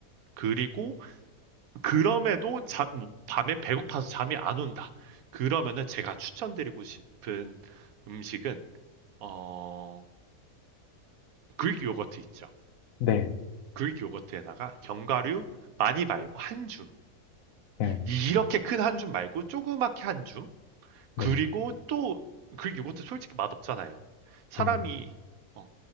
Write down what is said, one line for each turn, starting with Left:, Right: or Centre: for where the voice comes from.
Right: 그리고 그럼에도 자, 뭐 밤에 배고파서 잠이 안 온다. 그러면은 제가 추천드리고 싶은 음식은 어 그릭 요거트 있죠.
Left: 네,
Right: 그릭 요거트에다가 견과류 많이 말고 한 줌.
Left: 네,
Right: 이렇게 큰 한줌 말고 조그맣게 한 줌. 그리고
Left: 네,
Right: 또 그 요거트 솔직히 맛없잖아요. 사람이
Left: 네,
Right: 어,